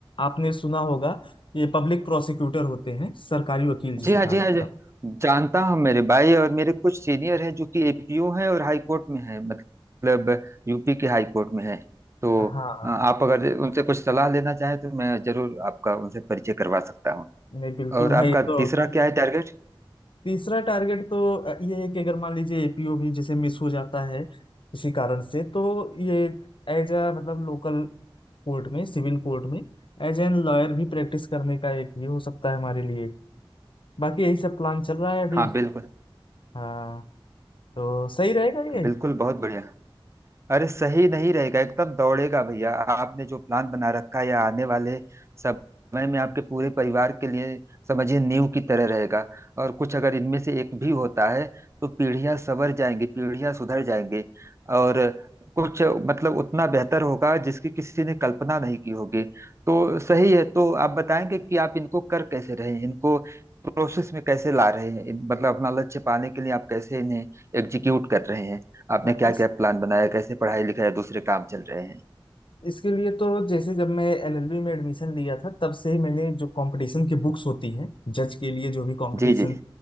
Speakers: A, on the left; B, on the right.
A: आपने सुना होगा ये पब्लिक प्रोसिक्यूटर होते हैं सरकारी वकील जिसे
B: जी हाँ
A: कहा
B: जी
A: जाता
B: हाँ जी जानता हूँ मेरे भाई और मेरे कुछ सीनियर हैं जो कि एपीओ हैं और हाई कोर्ट में हैं मतलब यूपी के हाई कोर्ट में हैं तो
A: है हाँ
B: अ, आप अगर उनसे कुछ सलाह लेना चाहें तो मैं जरूर आपका उनसे परिचय करवा सकता हूँ
A: नहीं बिल्कुल
B: और
A: भाई
B: आपका
A: ये तो
B: तीसरा क्या है टारगेट
A: तीसरा टारगेट तो अ, ये है कि अगर मान लीजिए एपीओ भी जैसे मिस हो जाता है किसी कारण से तो ये एज अ मतलब लोकल कोर्ट में सिविल कोर्ट में एज एन लॉयर भी प्रैक्टिस करने का एक ये हो सकता है हमारे लिए बाकी यही सब प्लान चल रहा है अभी
B: हाँ बिल्कुल
A: हाँ तो सही रहेगा ये
B: बिल्कुल बहुत बढ़िया अरे सही नहीं रहेगा एकदम दौड़ेगा भैया आपने जो प्लान बना रखा है या आने वाले समय में आपके पूरे परिवार के लिए समझिए नींव की तरह रहेगा और कुछ अगर इनमें से एक भी होता है तो पीढ़ियां संवर जाएंगी पीढ़ियां सुधर जाएंगी और कुछ मतलब उतना बेहतर होगा जिसकी किसी ने कल्पना नहीं की होगी तो सही है तो आप बताएंगे कि आप इनको कर कैसे रहे हैं इनको प्रोसेस में कैसे ला रहे हैं इन- मतलब अपना लक्ष्य पाने के लिए आप कैसे इन्हें एग्जीक्यूट कर रहे हैं आपने
A: हाँ,
B: क्या
A: इस
B: क्या प्लान बनाया कैसे पढ़ाई लिखाई दूसरे काम चल रहे हैं
A: इसके लिए तो जैसे जब मैं एलएलबी में एडमिशन लिया था तब से ही मैंने जो कंपटीशन की बुक्स होती हैं जज के लिए जो भी कंपटीशन
B: जी जी